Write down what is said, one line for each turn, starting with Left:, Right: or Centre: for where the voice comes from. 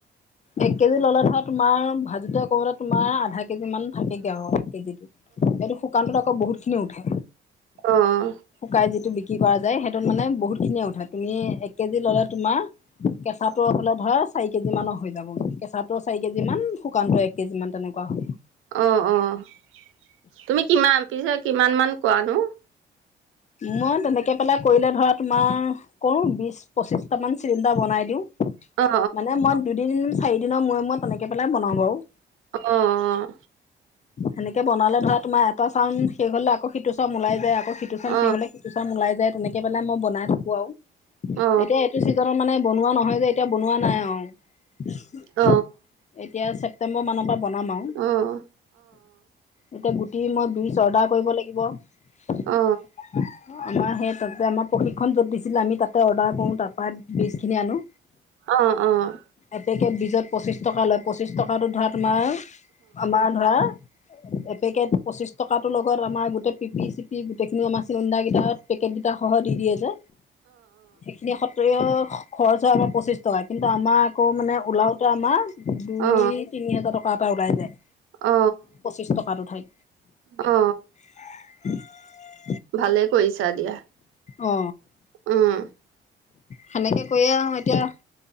Left: এক কেজি ল'লে ধৰা তোমাৰ ভাজিতে কৰা তোমাৰ আধাক কেজি মান থাকেগে আউ কেজিত, এইটো শুকানটোত আকৌ বহুত খিনি উঠে।
Right: অ', অ', অ',
Left: শুকাই যিটো বিক ক্ৰী কৰে যে সেইটোত মানে বহুত খিনিয়ে উঠে তুমি এক কেজি ল'লে তোমাৰ কেঁচা তোৰ ফালে ধৰা চাৰি কেজি মানৰ হৈ যাব কেঁচাটোৰ চাৰি কেজি মান শুকানটো এক কেজি মান তেনেকুৱা হ'ব।
Right: অ' অ' তুমি কিমান পিছে কিমান মান কৰানো?
Left: মই তেনেকে পেলাই কৰিলে ধৰা তোমাৰ, কৰোঁ বিশ। পঁচিশটা মান চিলিণ্ডাৰ বনাই দিওঁ,
Right: অ অ
Left: মানে মই দুদিন চাৰি দিনৰ মূৰে, মূৰে তেনেকে পেলাই বনাওঁ বাউ।
Right: অ, অ'
Left: সেনেকে বনালে ধৰা তোমাৰ এটা <unintelligible> শেষ হ'লে আকৌ সিটো <unintelligible> উলাই যায় আকৌ সিটো <unintelligible> শেষ
Right: অ
Left: হ'লে এটো <unintelligible> উলাই যায় তেনেকে মানে মই বনাই থাকোঁ আৰু, এতিয়া
Right: অ অ
Left: এইটো চিজনত মানে বনোৱা নহয় যে এতিয়া বনোৱা নাই আউ,
Right: অ
Left: এতিয়া চেপ <unintelligible> মানৰ পৰা বনাম আউ।
Right: <unintelligible>
Left: এতিয়া গুটি মই <unintelligible> কৰিব লাগিব। আমাৰ সেই
Right: অ
Left: প্ৰক্ৰিয়া আমাৰ প্ৰশিক্ষণ য'ত দিছিলে আমি তাতে অৰ্ডাৰ কৰো তাৰ পৰা বিজ খিনি আনো।
Right: অ, অ।
Left: এপেকে বীজত পঁচিছ টকা লয়, পঁচিছ টকাটো ধৰা তোমাৰ, আমাৰ ধৰা এপেকেট পঁচিশ টকাটো লগত আমাৰ গোটেই পিপি-চিপি গোটেইখিনি আমাৰ চিন্দা কেইটা পেকেট গিতাটা সহটি দিয়ে যে। সেইখিনি সত্ৰ খৰচ হয় আমাৰ পঁচিশ টকা কিন্তু আমাৰ আকৌ মানে ওলাওতে আমাৰ দুই-তিনি
Right: অ অ
Left: হাজাৰ টকা এটা ওলাই যায়।
Right: অ।
Left: পঁচিছ টকাত <unintelligible>
Right: অ।
Left: <inaudible>
Right: ভালে কৰিছা দিয়া।
Left: অ।
Right: উম।
Left: সেনেকে কৈয়ে এতিয়া